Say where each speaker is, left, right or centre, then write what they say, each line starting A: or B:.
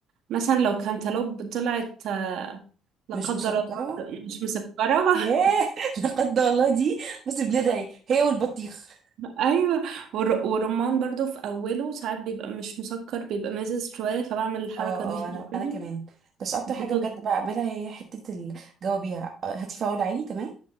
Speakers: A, on the right; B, on the right.
A: مثلا لو كانتالوب طلعت آه، لا
B: مش
A: قدر
B: مسكره
A: الله مش مسكرة <laughs>
B: ياه <laughs> لقد الله دي بس بندعي هي والبطيخ
A: ايوه والر- والرمان برضو في اوله ساعات بيبقى مش مسكر بيبقى مزز شويه فبعمل الحركه
B: اه
A: دي في
B: اه انا
A: الكوبي
B: انا كمان بس اكتر
A: بتظبط
B: حاجه بجد بعملها هي حته الجوابيها هاتي فاول عادي تمام